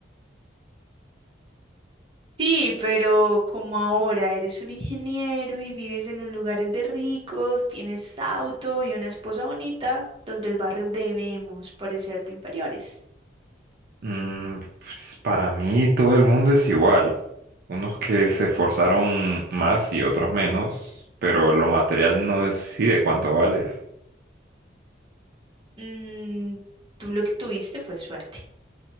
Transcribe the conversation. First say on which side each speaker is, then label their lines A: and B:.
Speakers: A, on the right (about 30°); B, on the right (about 60°).
A: Sí, pero como ahora eres un ingeniero y vives en un lugar de ricos, tienes auto y una esposa bonita, los del barrio debemos parecerte inferiores.
B: Mm, pues, para mí todo el mundo es igual. Unos que se esforzaron más y otros menos, pero lo material no decide cuánto vales.
A: Mm, tú lo que tuviste fue suerte.